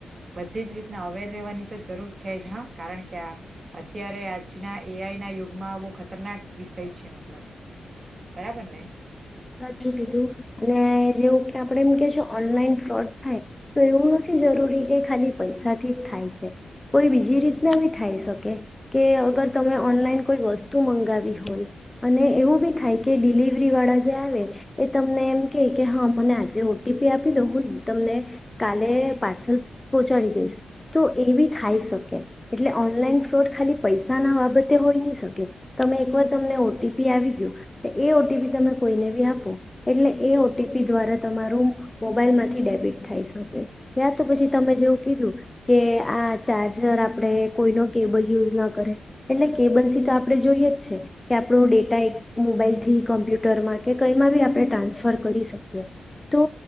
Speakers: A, on the right; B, on the left.
A: બધી જ રીતના અવેર રહેવાની તો જરૂર છે જ હા કારણ કે આ અત્યારે આજના એઆઈ ના યુગમાં બહ ખતરનાક વિષય છે મતલબ બરાબર ને
B: સાચું કીધું અને જેવું કે આપણે એમ કે છે ઓનલાઈન ફ્રોડ થાય તો એવું નથી જરૂરી કે ખાલી પૈસાથી જ થાય છે કોઈ બીજી રીતના બી થાય શકે કે અગર તમે ઓનલાઈન કોઈ વસ્તુ મંગાવી હોય અને એવું બી થાય કે ડિલિવરી વાળા એ તમને એમ કે કે હા મને આજે ઓટીપી આપી દો હું તમને કાલે પાર્સલ પહોંચાડી દઈશ તો એ બી થાય શકે એટલે ઓનલાઈન ફ્રોડ ખાલી પૈસા ના બાબતે હોઈ નહી શકે તમે એકવાર તમને ઓટીપી આવી ગયો એ ઓટીપી તમે કોઈને બી આપો એટલે એ ઓટીપી દ્વારા તમારું મોબાઈલમાંથી ડેબિટ થઈ શકે યા તો પછી તમે જેવું કીધું કે આ ચાર્જર આપણે કોઈનો કેબલ યુઝ ન કરે એટલે કેબલથી તો આપણે જોઈએ જ છે કે આપણો ડેટા એક મોબાઈલથી કમ્પ્યુટ ટ્યુટરમાં કે કંઈમાં બી આપણે ટ્રાન્સફર કરી શકીએ તો